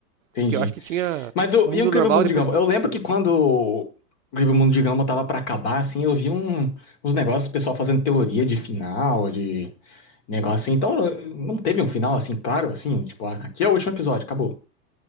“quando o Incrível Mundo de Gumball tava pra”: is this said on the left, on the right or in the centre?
Left